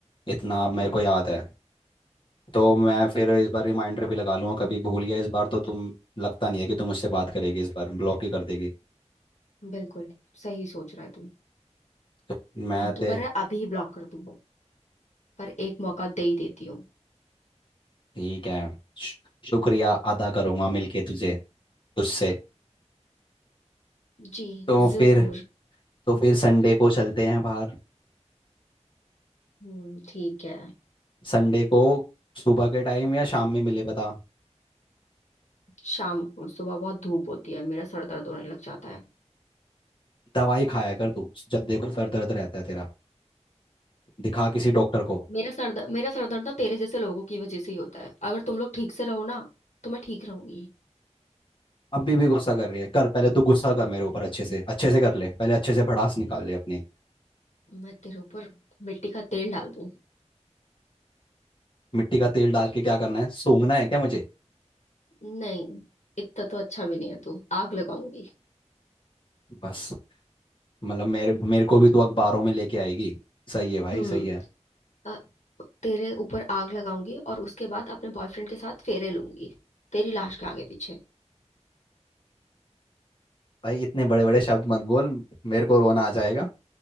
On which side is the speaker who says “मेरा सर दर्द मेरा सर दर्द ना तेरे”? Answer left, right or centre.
Left